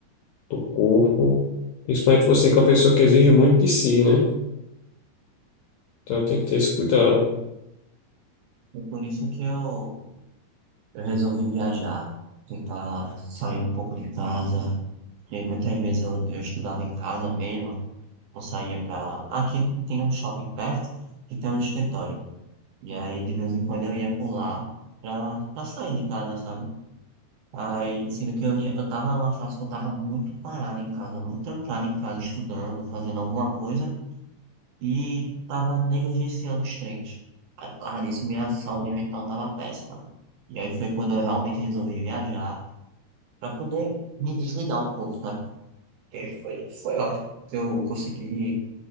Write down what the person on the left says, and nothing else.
do corpo, principalmente você que é uma pessoa que exige muito de si, né? Então tem que ter esse cuidado.